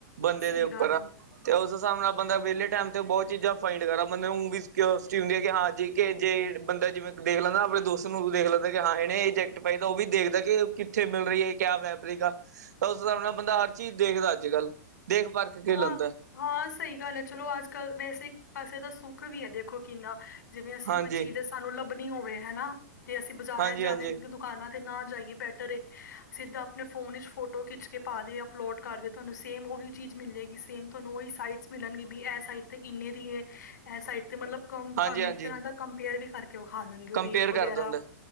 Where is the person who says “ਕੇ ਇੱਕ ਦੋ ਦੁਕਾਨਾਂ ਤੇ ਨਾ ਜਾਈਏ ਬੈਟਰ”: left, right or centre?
Left